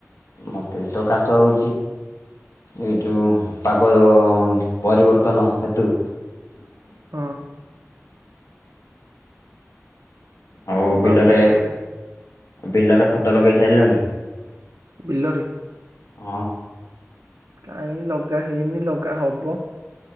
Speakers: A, on the left; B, on the right.
A: ମତେ ବି ତ କାଶ ହୋଉଛି। ଏ ଯୋଉ ପାଗ ପରିବର୍ତ୍ତନ ହେତୁ
B: ହୁଁ।
A: ଆଉ
B: କଣ
A: ବିଲରେ
B: ବା କରିପାରିବା
A: ବିଲରେ ଖତ ଲଗେଇ ସାରିଲଣି?
B: ବିଲରେ
A: ହଁ।
B: କାଇଁ ଲଗା ହେଇନି ଲଗା ହବ।